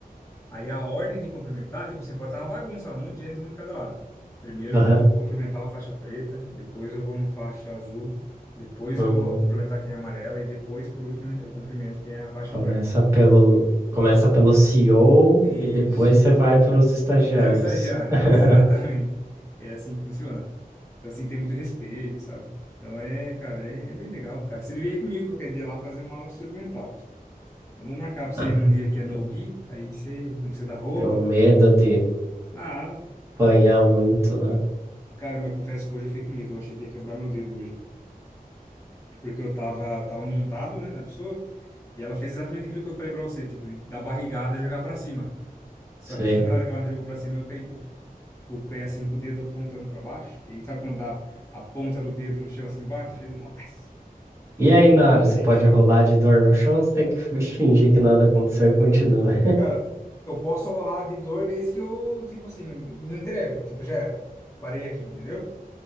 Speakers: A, on the left (about 20°); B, on the right (about 15°).
A: Aí a ordem de cumprimentar, tipo assim, pode estar uma bagunça, um monte de gente, um de cada lado. Primeiro
B: Aham.
A: eu vou cumprimentar a faixa preta, depois eu vou no faixa azul, depois
B: Hum,
A: eu vou cumprimentar quem é amarela e depois, por último, né, eu cumprimento quem é a faixa
B: começa
A: branca.
B: pelo, começa pelo CEO
A: Isso.
B: e O e depois você vai para os estagiários.
A: Até o estagiário,
B: <laughs>
A: <laughs> exatamente. É assim que funciona. Então, assim, tem muito respeito, sabe? Então, é, cara, é, é bem legal, cara. Você devia ir comigo qualquer dia lá fazer uma aula experimental. Vamos marcar pra você
B: Ah,
A: ir num dia que é no-gi,
B: eu,
A: aí você não precisa da roupa,
B: eu medo de
A: nada, pô.
B: apanhar muito lá.
A: Cara, meu, eu confesso que hoje eu fiquei com medo, eu achei que ia quebrar meu dedo hoje. Porque eu tava, eu tava montado, né, na pessoa, e ela fez exatamente aquilo que eu falei pra você, tipo, de dar barrigada e jogar pra cima. Só
B: Sei.
A: que <laughs> na hora que ela me jogou pra cima, eu caí com, com o pé, assim, com o dedo apontando pra baixo. E aí, sabe quando dá a ponta do dedo no chão, assim, bate? Eu falei, nossa,
B: E aí,
A: já, fi-
B: na hora,
A: já fiquei
B: você pode
A: em choque.
B: rolar de dor no chão, você tem que fi- <laughs> fingir que nada aconteceu e continua.
A: Cara, eu posso rolar de dor desde que eu, tipo assim, me entrego, tipo, já era. Parei aqui, entendeu?